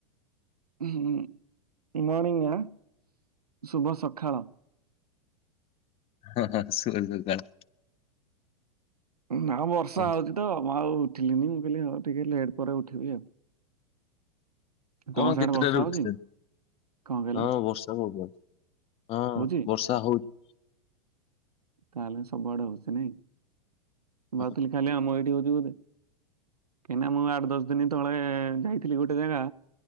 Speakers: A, on the right; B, on the left.
A: ହୁ ଗୁଡ ମଣିଗି ଆ ଶୁଭ ସକାଳ
B: ହଁ ହଁ ଶୁୁଭ ସକାଳ
A: ନାଆ ବର୍ଷା
B: ହଉ
A: ହଉଛି ତ ମୁଁ ଆଉ ଉଠିଲିନି ମୁଁ କହିଲି ହଉ ଟିକେ ଲେଟ୍ ପରେ ଉଠିବି ଆଉ
B: କଣ
A: ତମ ସିଆଡେ
B: କେତେଟାରେ
A: ବର୍ଷା
B: ଉଠୁଛ
A: ହଉଛି କଣ କହିଲ
B: ହଁ ବର୍ଷା ହଉ ହଁ
A: ହଉଛି?
B: ବର୍ଷା ହଉଛି
A: ତାହେଲେ ସବୁଆଡେ ହଉଛି ନାଇଁ
B: ହଁ
A: ଭାବଥିଲି ଖାଲି ଆମ ଏଇଠି ହଉଛି ବୋଧେ କାହିଁକିନା ମୁଁ ଆଠ ଦଶ ଦିନ ତଳେ ଯାଇଥିଲି ଗୋଟେ ଜାଗା